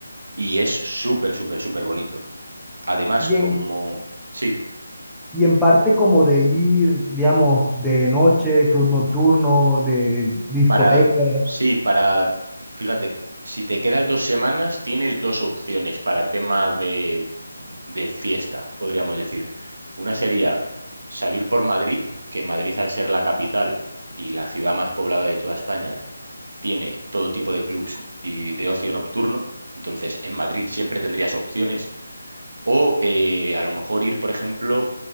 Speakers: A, on the right (about 70°); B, in the centre.
A: y es súper, súper, súper bonito. Además,
B: Y
A: como...
B: en,
A: Sí,
B: y en parte como de ir, digamos, de noche, club nocturno, de discotecas,
A: Para, sí, para, fíjate, si te quedas dos semanas, tienes dos opciones para tema de, de fiesta, podríamos decir. Una sería salir por Madrid, que Madrid al ser la capital y la ciudad más poblada de toda España, tiene todo tipo de clubs y de ocio nocturno. Entonces, en Madrid siempre tendrías opciones. O eh, a lo mejor ir, por ejemplo,